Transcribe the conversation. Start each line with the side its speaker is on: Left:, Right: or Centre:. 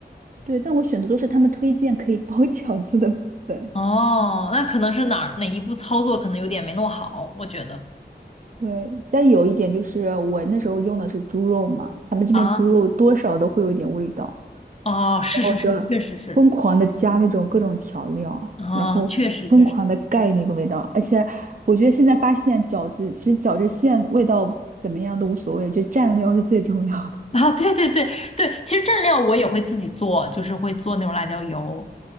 Right: 对，但我选的都是他们推荐可以包 <laughs> 饺子的粉。
Left: 哦，那可能是哪儿哪一步操作可能有点没弄好，我觉得。
Right: 对，但有一点就是我那时候用的是猪肉嘛，他们这边猪肉多少都会有一点味道。
Left: 啊，哦，是是是，
Right: 然后我就疯狂的加那种各种调料，
Left: 确实是，哦，
Right: 然后疯狂的盖那个味道。
Left: 确实确实，
Right: 而且我觉得现在发现饺子其实饺子馅味道怎么样都无所谓，就蘸料是最重要的。
Left: 啊，对对对对，其实蘸料我也会自己做，就是会做那种辣椒油。